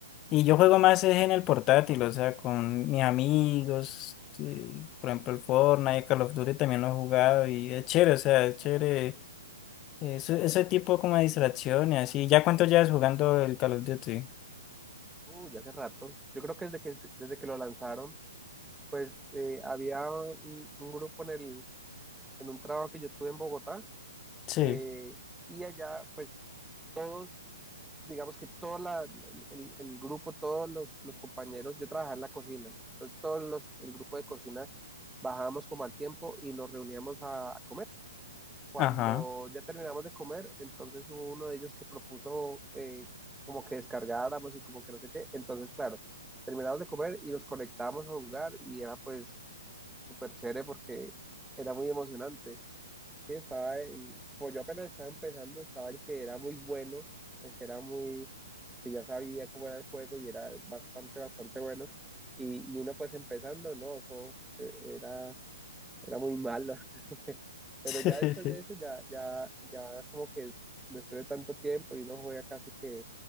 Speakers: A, on the left; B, in the centre.
A: Y yo juego más es en el portátil, o sea, con mis amigos, sí, por ejemplo, el Fortnite, Call of Duty también lo he jugado y es chévere, o sea, es chévere. Eso, ese tipo como de distracción y así. ¿Ya cuánto llevas jugando el Call of Duty?
B: Uh, ya hace rato. Yo creo que desde que, desde que lo lanzaron, pues eh, había un, un grupo en el, en un trabajo que yo tuve en Bogotá,
A: Sí,
B: eh, y allá, pues todos, digamos que todo la, el, el grupo, todos los, los compañeros, yo trabajaba en la cocina, entonces todos los, el grupo de cocina bajábamos como al tiempo y nos reuníamos a comer. Cuando
A: ajá.
B: ya terminamos de comer, entonces hubo uno de ellos que propuso eh, como que descargáramos y como que no sé qué. Entonces, claro, terminamos de comer y nos conectábamos a jugar y era pues súper chévere porque era muy emocionante. Sí, estaba el, pues yo apenas estaba empezando, estaba el que era muy bueno, el que era muy, que ya sabía cómo era el juego y era bastante, bastante bueno. Y, y uno pues empezando, ¿no? Eso eh, era, era muy malo. Pero
A: <laughs>
B: ya después de eso, ya, ya, ya como que después de tanto tiempo y uno juega casi que,